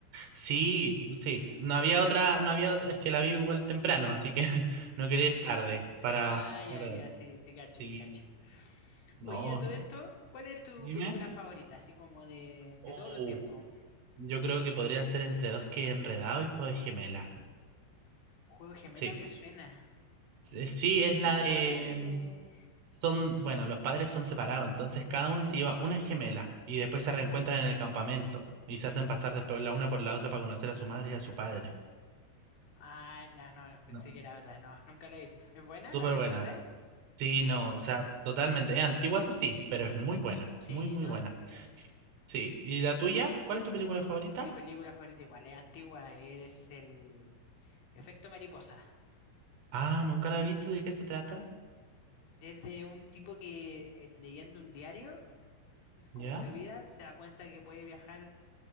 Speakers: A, on the right; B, on the left.
A: Sí, sí.
B: Ya.
A: No había otra, no había otra, es que la vi igual temprano, así que <laughs> no quería ir tarde para,
B: Ah, ya,
A: para,
B: ya, sí, sí, cacho,
A: sí.
B: sí, cacho.
A: No,
B: Oye, a todo esto, ¿cuál es tu
A: dime.
B: película favorita? Así como de, de
A: Uh,
B: todos los tiempos.
A: yo creo que podría ser entre dos que enredado y Fuego de Gemela.
B: Juego de Gemelas
A: Sí,
B: me suena.
A: Eh, sí,
B: ¿De
A: es
B: qué se
A: la
B: trataba?
A: de...
B: De...
A: mm, Son, bueno, los padres son separados, entonces cada una se lleva una gemela y después se reencuentran en el campamento y se hacen pasar después la una por la otra para conocer a su madre y a su padre.
B: Ah, no, no, no, pensé
A: No,
B: que era otra. No, nunca la he visto. ¿Es buena?
A: súper
B: ¿La recomendáis?
A: buena. Sí, no, o sea, totalmente. Es antigua, eso sí, pero es muy buena,
B: Sí,
A: muy, muy
B: no
A: buena.
B: sé.
A: Sí, ¿y la tuya? ¿Cuál es tu película favorita?
B: Mi película favorita igual es antigua, es el Efecto Mariposa.
A: Ah, nunca la he visto, ¿de qué se trata?
B: Es de un tipo que eh, leyendo un diario como
A: ¿Ya?
B: de vida se da cuenta que puede viajar